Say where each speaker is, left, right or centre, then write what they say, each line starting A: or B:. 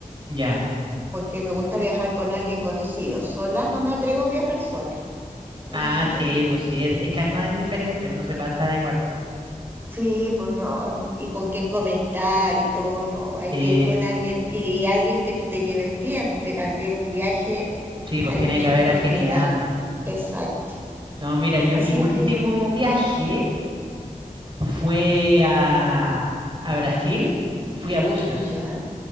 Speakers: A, on the right (about 35°); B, on the right (about 15°).
A: Ya.
B: porque me gusta viajar con alguien conocido. Sola no me atrevo a viajar sola, eso
A: Ah,
B: sí que
A: sí,
B: no.
A: pues sí, es, es que además es diferente, no se pasa igual.
B: Sí, pues no, y con quien comentar y todo, no, hay
A: Sí,
B: que ir con alguien y, y alguien que tú te lleves bien, porque también un viaje
A: sí, pues
B: hay
A: tiene
B: mucha
A: que haber
B: intimidad,
A: afinidad. pues.
B: exacto.
A: No, mira, yo
B: Así
A: mi último
B: que,
A: viaje fue a, a Brasil, fui a Bucios.
B: ya,